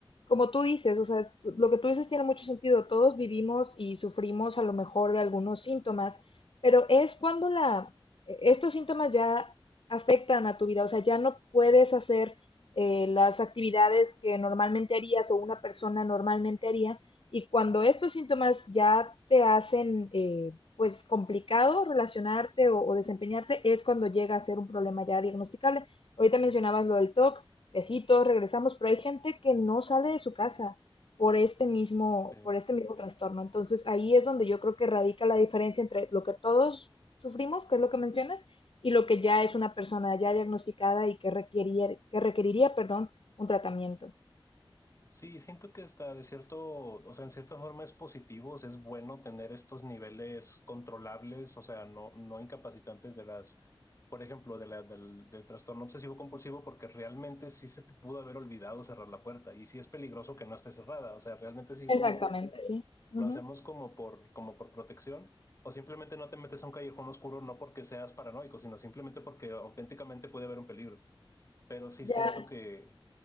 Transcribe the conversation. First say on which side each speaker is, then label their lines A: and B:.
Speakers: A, on the left; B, on the left.
A: como tú dices, o sea, es- lo que tú dices tiene mucho sentido, todos vivimos y sufrimos a lo mejor de algunos síntomas, pero es cuando la, eh, estos síntomas ya afectan a tu vida, o sea, ya no puedes hacer eh, las actividades que normalmente harías o una persona normalmente haría y cuando estos síntomas ya te hacen eh, pues complicado relacionarte o, o, desempeñarte, es cuando llega a ser un problema ya diagnosticable. Ahorita mencionabas lo del TOC, que sí, todos regresamos, pero hay gente que no sale de su casa por este mismo,
B: Sí.
A: por este mismo trastorno. Entonces ahí es donde yo creo que radica la diferencia entre lo que todos sufrimos, que es lo que mencionas, y lo que ya es una persona ya diagnosticada y que requeriría, que requeriría perdón, un tratamiento.
B: Sí, siento que está de cierto, o sea, en cierta forma es positivo, o sea, es bueno tener estos niveles controlables, o sea, no, no incapacitantes de las, por ejemplo, de la, del, del trastorno obsesivo compulsivo, porque realmente sí se te pudo haber olvidado cerrar la puerta y sí es peligroso que no esté cerrada, o sea, realmente sí
A: Exactamente,
B: como
A: sí. Uh
B: lo
A: -huh.
B: hacemos como por, como por protección, o simplemente no te metes a un callejón oscuro, no porque seas paranoico, sino simplemente porque auténticamente puede haber un peligro pero sí
A: Ya,
B: siento que